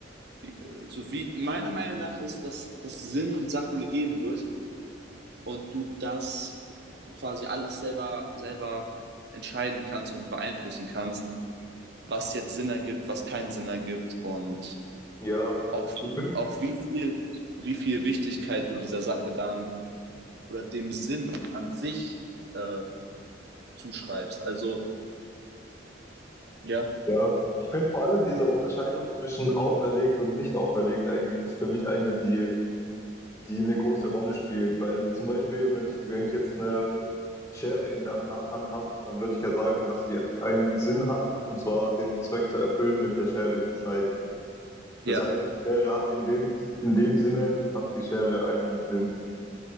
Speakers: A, on the right; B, on the left.
A: wie, so wie meiner Meinung nach ist, dass, dass Sinn Sachen gegeben wird und du das quasi alles selber, selber entscheiden kannst und beeinflussen kannst, was jetzt Sinn ergibt, was keinen Sinn ergibt und
B: Ja,
A: auch,
B: ich bin,
A: auch wie, viel, wie viel Wichtigkeit du dieser Sache dann oder dem Sinn an sich äh, zuschreibst. Also, ja.
B: ja, ich finde vor allem diese Unterscheidung zwischen auferlegt und nicht auferlegt eigentlich ist für mich eine, die, die eine große Rolle spielt. Weil zum Beispiel, wenn ich, wenn ich jetzt eine Schere in der Han Hand habe, dann würde ich ja sagen, dass sie einen Sinn hat, und zwar den Zweck zu erfüllen, mit der Schere zu schneiden.
A: Ja,
B: Das heißt, die Schere hat in dem, in dem Sinne, hat die Schere einen Sinn.